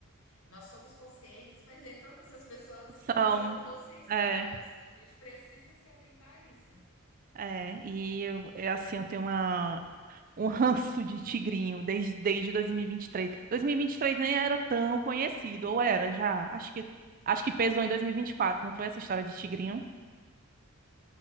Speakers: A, on the left; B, on the right.
A: Nós somos conscientes, mas nem todas as pessoas
B: são,
A: usam a consciência
B: é,
A: delas. A gente precisa se atentar a isso.
B: é. E eu, é assim, eu tenho uma, um <laughs> ranço de tigrinho desde, desde 2023. 2023 nem era tão conhecido, ou era já? Acho que, acho que pesou em 2024, não foi essa história de tigrinho?